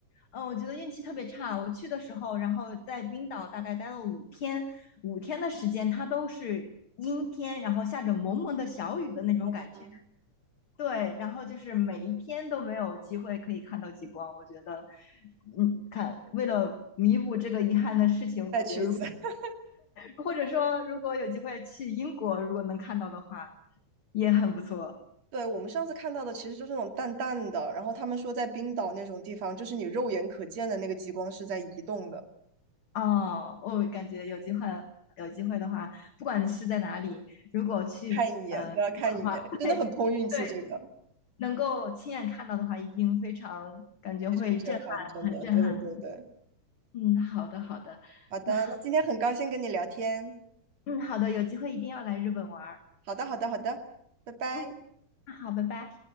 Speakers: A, on the left; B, on the right.
A: 嗯，我觉得运气特别差。我去的时候，然后在冰岛大概待了五天，五天的时间，它都是阴天，然后下着蒙蒙的小雨的那种感觉。
B: 啊，
A: 对，然后就是每一天都没有机会可以看到极光。我觉得，嗯，看，为了弥补这个遗憾的事情，我感觉如
B: 再去一次。<laughs>
A: 或者说如果有机会去英国，如果能看到的话，也很不错。
B: 对，我们上次看到的其实就是那种淡淡的，然后他们说在冰岛那种地方，就是你肉眼可见的那个极光是在移动的，
A: 哦，我感觉有机会，有机会的话，不管是在哪里，如果去呃中国的话，
B: 看一眼都要看一眼，
A: <laughs>
B: 真的很碰运气，
A: 对对，
B: 这个
A: 能够亲眼看到的话，一定非常感觉会震撼，
B: 非常震撼，真的。
A: 很震撼。
B: 对对对对，
A: 嗯，好的好的，
B: 好的，
A: 那
B: 那今天很高兴跟你聊天。
A: 嗯好的，有机会一定要来日本玩儿。
B: 好的，好的，好的，拜拜。
A: 嗯，那好，拜拜。